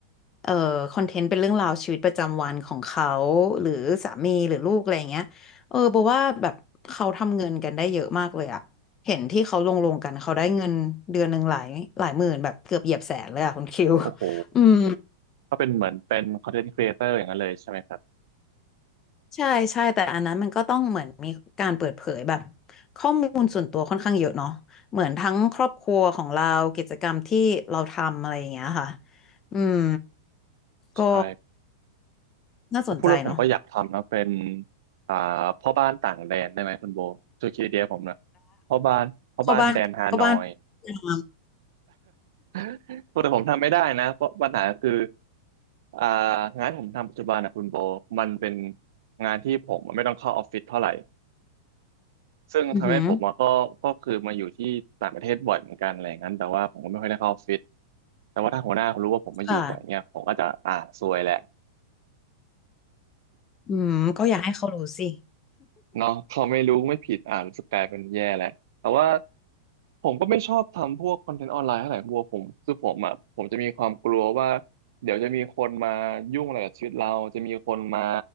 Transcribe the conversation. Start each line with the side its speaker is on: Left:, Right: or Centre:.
Left: เอ่อคอนเทนต์เป็นเรื่องราวชีวิตประจำวันของเขาหรือสามีหรือลูกอะไรเงี้ยเออบอกว่าแบบเขาทำเงินกันได้เยอะมากเลยอะเห็นที่เขาลงลงกันเขาได้เงินเดือนหนึ่งหลายหลายหมื่นแบบเกือบเหยียบแสนเลยอะคุณคิว <laughs>
Right: โอ้โห
Left: อืม
Right: ก็เป็นเหมือนเป็น content creator อย่างนั้นเลยใช่ไหมครับ
Left: ใช่ใช่แต่อันนั้นมันก็ต้องเหมือนมีการเปิดเผยแบบข้อมูลส่วนตัวค่อนข้างเยอะเนาะเหมือนทั้งครอบครัวของเรากิจกรรมที่เราทำอะไรอย่างเงี้ยค่ะอืมก็
Right: ใช่
Left: น่าสนใจเนาะ
Right: พอพูดแล้วผมก็อยากทำนะเป็นอ่าพ่อบ้านต่างแดนได้ไหมคุณโบช่วยคิดไอเดียผมหนะพ่อบ้านพ่อบ้านแดนฮานอย
Left: เข้าบ้านเข้าบ้านพยายาม
Right: <laughs> แต่ผมทำไม่ได้นะเพราะปัญหาคืออ่างานผมทำปัจจุบันนะคุณโบมันเป็นงานที่ผมไม่ต้องเข้าออฟฟิศเท่าไหร่ซึ่งทำให้ผมอะก็ก็คือมาอยู่ที่ต่างประเทศบ่อยเหมือนกันอะไรอย่างนั้นแต่ว่าผมก็ไม่ค่อยได้เข้าออฟฟิศ
Left: อือหือ
Right: แต่ว่าถ้าหัวหน้าเขารู้ว่าผมมาอยู่บ่อยเนี่ยผมก็จะอ่าซวยแหละ
Left: ค่ะอืมก็อยากให้เขารู้สิ
Right: เนาะเขาไม่รู้ไม่ผิดอ่านรู้สึกกลายเป็นแย่แหละแต่ว่าผมก็ไม่ชอบทำพวกคอนเทนต์ออนไลน์เท่าไหร่บัวผมคือผมอ่ะผมจะมีความกลัวว่าเดี๋ยวจะมีคนมายุ่งอะไรกับชีวิตเราจะมีคนมา